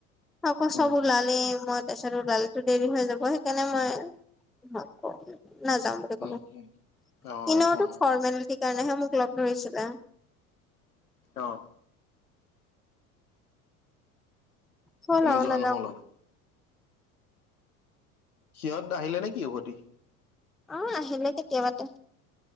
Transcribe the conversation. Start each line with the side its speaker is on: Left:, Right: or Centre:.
Centre: আকৌ চব
Left: উম
Centre: ওলালে মই পিছত ওলালে দেৰি হৈ যাব সেইকাৰণে মই <unintelligible> নাযাওঁ। <unintelligible>
Left: উম উম অ
Centre: ইনোঁ
Left: অ
Centre: ফৰ্মেলিটি কাৰণেহে মোক লগ ধৰিছিলে।
Left: অহ।
Centre: চল আৰু
Left: যোৱা
Centre: নেযাওঁ।
Left: নহ'ল আৰু। সিহঁত নাহিলে নে কি উভতি?
Centre: অ' আহিলে কেতিয়াবাতে